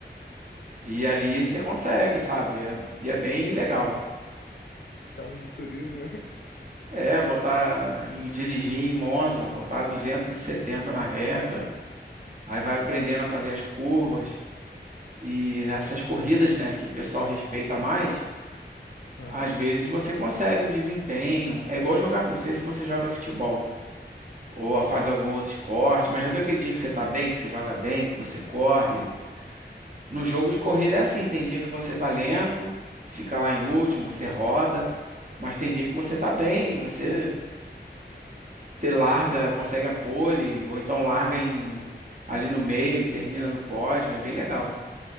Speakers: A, on the right; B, on the left.
A: E ali você consegue, sabe? É- e é bem legal.
B: Carro de turismo, né?
A: É, botar em dirigir em Monza, botar 270 na reta, aí vai aprendendo a fazer as curvas e nessas corridas, né, que o pessoal respeita mais,
B: <laughs> Aham.
A: às vezes você consegue um desempenho. É igual jogar, não sei se você joga futebol ou faz algum outro esporte, mas já viu aquele dia que você tá bem, que você joga bem, que você corre? No jogo de corrida é assim, tem dia que você tá lento, fica lá em último, você roda, mas tem dia que você tá bem, você ter larga, consegue a pole, ou então larga em, ali no meio e termina no pódio, é bem legal.